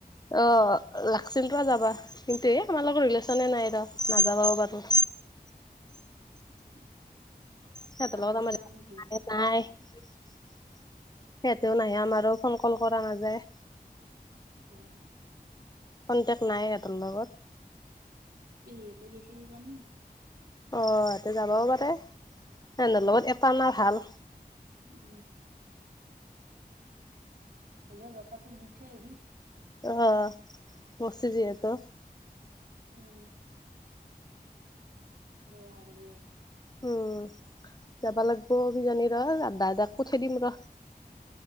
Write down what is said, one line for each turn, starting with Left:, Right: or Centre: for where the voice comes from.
Left: আহ- থছিলটো যাবা কিন্তু এই আমাৰ লগৰ ৰিলেশ্যনে নাই ৰ নাযাবাও পাৰোঁ।
Right: <unintelligible>
Left: সিহঁতৰ
Right: অহা
Left: লগত
Right: যোৱা
Left: আমাৰ
Right: নাই
Left: ন
Right: নেকি
Left: নাই। সিহতেও নাহে আমাৰো ফোন কল কৰা নাযায়।
Right: আহ
Left: কনটেক্ট নাই হেতৰ লগত।
Right: পেহী হেটি গেইছে কিজানি।
Left: অ সহতে যাবও পাৰে এ লগত এটা না ভাল।
Right: উম হ ৰচাটো দি থৈ আহিবি
Left: অ মৰচি যিহেতু।
Right: উম বেয়া হলেও
Left: উম যাবা লাগিব কিজানি ৰ দাদাক পঠাই দিম ৰ।